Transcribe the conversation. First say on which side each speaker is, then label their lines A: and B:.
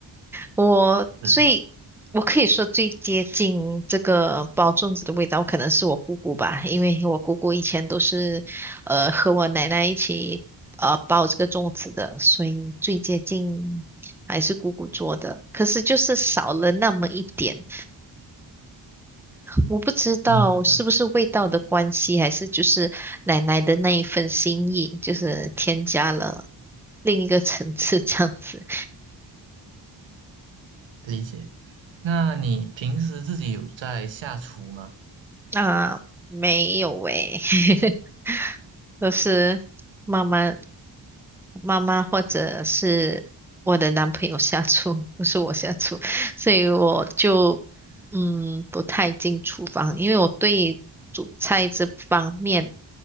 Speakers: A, in the centre; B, on the right (about 80°).
A: 我最，
B: 是，
A: 我可以说最接近这个包粽子的味道，可能是我姑姑吧，因为我姑姑以前都是，呃，和我奶奶一起，呃，包这个粽子的，所以最接近还是姑姑做的。可是就是少了那么一点，我不知道是不是味道的关系，
B: 嗯，嗯
A: 还是就是奶奶的那一份心意，就是添加了另一个层次这样子。
B: 理解。那你平时自己有在下厨吗？
A: 啊，没有诶，<laughs> 都是妈妈、妈妈或者是我的男朋友下厨，不是我下厨，所以我就嗯不太进厨房，因为我对煮菜这方面，